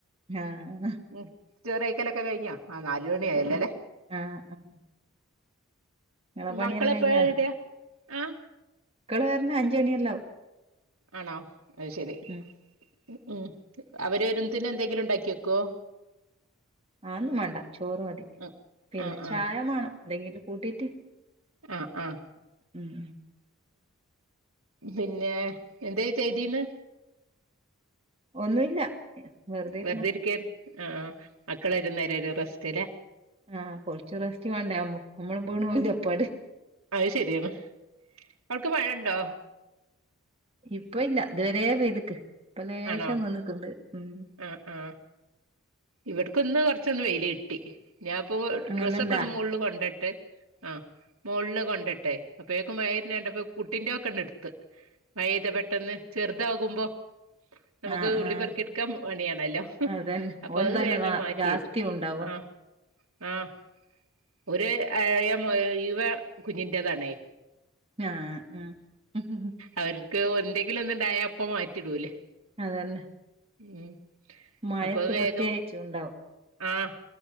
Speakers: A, on the right; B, on the right.
A: ആഹ് ആ
B: ഉം ചോറ് കയിക്കലൊക്ക കഴിഞ്ഞോ ആ നാല് മണി ആയല്ലോ ല്ലേ
A: ആഹ് ആഹ് നിങ്ങളെ
B: മക്കള്
A: പണിയെല്ലാം
B: എപ്പോളാ
A: കഴിഞ്ഞാ
B: വര ആഹ
A: മക്കള് വരണേ അഞ്ചണിയെല്ലാവും
B: ആണോ അത് ശരി
A: ഉം
B: ഉം ഉം അവര് വരുതെനും എന്തെങ്കിലും ഇണ്ടാക്കി വെക്കോ
A: ആന്നും വേണ്ട ചോറ് മതി
B: ആ
A: പിന്നെ
B: ആ
A: ചായ മാണം എന്തെങ്കിലും കൂട്ടീട്ട്
B: ആഹ് ആഹ്
A: ഉം
B: പിന്നെ എന്തേ ചെയ്തീന്ന്
A: ഒന്നുല്ല വെറുതെ ഇരുന്ന
B: വെറ്തെ ഇരിക്കാര് ആ മക്കള് വരുന്ന വരെ ഒരു റസ്റ്റ് ല്ലേ
A: ആഹ് കൊറച്ചു റസ്റ്റ് വേണ്ട നമ്മൾ വീണ് പോവൂലെ അപ്പാട്
B: അയ് ശരിയാണ് അവ്ട് ക്ക് മഴണ്ടൊ
A: ഇപ്പൊ ഇല്ല ഇതുവരേ പെയ്തിക്ക് ഇപ്പം ലേഷം
B: ആണോ
A: നിന്നിക്കുണ്ട് ഉം
B: ആ ആ ഇവിടക്ക് ഇന്ന് കൊറച്ചൊന്ന് വെയില് കിട്ടി ഞാൻ പ്പോ
A: അങ്ങനെല്ലാം
B: ഡ്രസ്സൊക്ക
A: ഇണ്ടാ
B: ഒന്ന് മോളില് കൊണ്ടെട്ട് ആഹ് മോളില് കൊണ്ടിട്ടെ അപ്പോഴേക്കും മഴ വരുന്നത് കണ്ടപ്പോൾ കുട്ടിന്റെ ഒക്കെ എടുത്ത് മഴ പെയ്ത് പെട്ടെന്ന് ചെറുതാകുമ്പോ നമുക്ക്
A: ആഹ്
B: നുള്ളി
A: ആഹ്
B: പെറുക്കി ഇട്ക്കാം പണിയാണല്ലോ
A: അതന്നെ
B: അപ്പൊ
A: ഓൽതല്ലേ
B: അത് വേഗം
A: നാ
B: മാറ്റി
A: ജാസ്തി
B: വെച്ചു
A: ഉണ്ടാവ
B: ആഹ് ആഹ് ഒര് അയ മുയുവൻ കുഞ്ഞിന്റെതാണേ
A: ആഹ് ആഹ്
B: അവര്ക്ക് ഒ എന്തെങ്കിലും ഒന്ന് ഇണ്ടായ അപ്പ മാറ്റിടൂല്ലേ
A: അതന്നെ
B: ഉം
A: മഴത്ത്
B: അപ്പൊ വേഗം
A: പ്രത്യേകിച്ചും ഉണ്ടാവും
B: ആഹ്